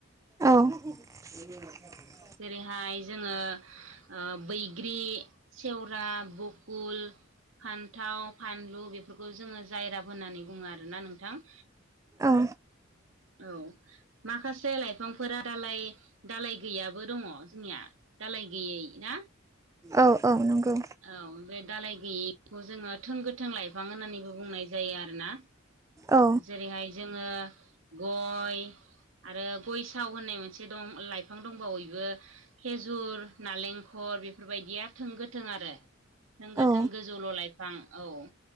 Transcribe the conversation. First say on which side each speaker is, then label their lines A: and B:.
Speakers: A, on the right (about 15°); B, on the right (about 70°).
A: औ <inaudible>
B: जेरैहाय जोंङो बैग्रि सेवरा बकुल फान्थाव फानलु बेफोरखौ जोंङो जायराफ होननानै बुङो आरोना नोंथां
A: औ
B: औ माखासे लाइफांफोरा दालाय दालाय गैयाबो दंङो जोंनिया दालाय गैयै ना
A: औ-औ नंगौ
B: औ बे दालाय गैयिखौ जोंङो थों गोथों लाइफां होननानैबो बुंनाय जायो आरोना
A: औ
B: जेरैहाय जोंङो गय आरो गय साव होननाय मोनसे दं लाइफां दंबावो इबो थेजुर नालेंखर बेफोरबायदिया थों गो थों आरो थों गोथों
A: औ
B: गोजौल' लाइफां औ